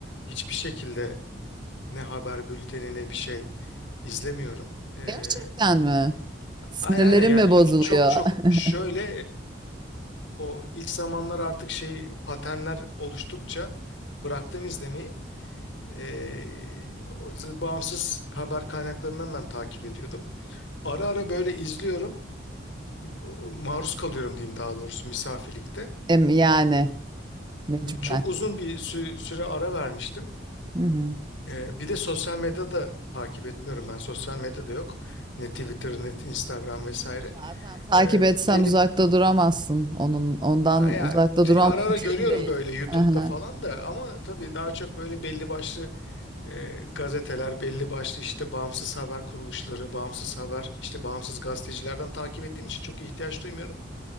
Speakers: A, on the left; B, on the right.
A: hiçbir şekilde ne haber bülteni ne bir şey izlemiyorum. E,
B: Gerçekten mi? Sinirlerim
A: Aynen aynen yani
B: mi bozuluyor?
A: çok çok
B: <laughs>
A: şöyle O ilk zamanlar artık şey paternler oluştukça bıraktım izlemeyi. Ee, o z- bağımsız haber kaynaklarından ben takip ediyordum. Ara ara böyle izliyorum. o- Maruz kalıyorum diyeyim daha doğrusu misafirlikte.
B: Em, Yani mecburen.
A: Çok uzun bir sü- süre ara vermiştim.
B: Hı hı.
A: Ee, bir de sosyal medyada takip etmiyorum ben. Sosyal medyada yok. Ne Twitter, ne Instagram vesaire.
B: Zaten takip
A: Ee,
B: etsen
A: belli
B: uzakta duramazsın. Onun ondan
A: Aya,
B: uzakta duran
A: ara ara
B: mümkün
A: görüyorum
B: değil.
A: böyle YouTube'da
B: Aha.
A: falan da ama tabii daha çok böyle belli başlı e, gazeteler belli başlı işte bağımsız haber kuruluşları, bağımsız haber işte bağımsız gazetecilerden takip ettiğim için çok ihtiyaç duymuyorum.